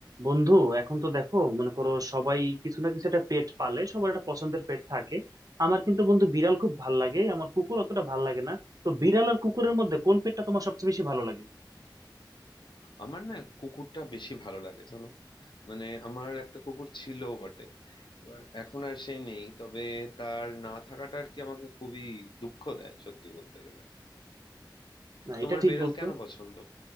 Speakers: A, on the right (about 50°); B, on the left (about 75°).
A: বন্ধু এখন তো দেখো মনে করো সবাই কিছু না কিছু একটা পেট পালে সবার একটা পছন্দের পেট থাকে আমার কিন্তু বন্ধু বিড়াল খুব ভাল লাগে আমার কুকুর অতটা ভাল লাগে না তো বিড়াল আর কুকুরের মধ্যে কোন পেটটা তোমার সবচেয়ে বেশি ভালো লাগে
B: আমার না কুকুরটা বেশি ভালো লাগে জানো মানে আমার একটা কুকুর ছিল বটে এবার এখন আর সে নেই তবে তার না থাকাটা আর কি আমাকে খুবই দুঃখ দেয় সত্যি বলতে গেলে
A: না
B: তোমার
A: এটা ঠিক
B: বেড়াল
A: বলতো
B: কেন পছন্দ